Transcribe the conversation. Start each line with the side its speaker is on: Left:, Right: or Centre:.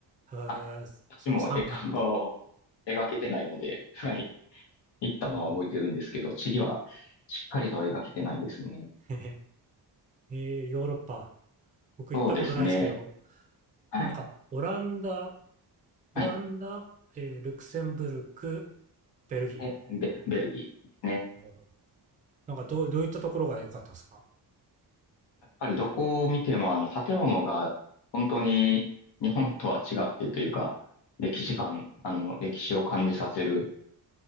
Right: へーその角カ国。
Left: あ、私も、え、あの、描けてないので、はい。行ったのは覚えてるんですけど、
Right: うん。
Left: 地理はしっかりとは描けてないですね。
Right: <laughs> えー、ヨーロッパ。僕行ったことないですけど、
Left: そうですね。はい。
Right: なんか、オランダ、
Left: はい。
Right: オランダ、えールクセンブルク、ベルギー。
Left: で、ベ、ベルギーですね。
Right: うんなんかどう、どういったところが良かったですか
Left: やっぱりどこを見ても、あの、建物が本当に日本とは違ってというか、歴史感、
Right: はい。
Left: あの、歴史を感じさせる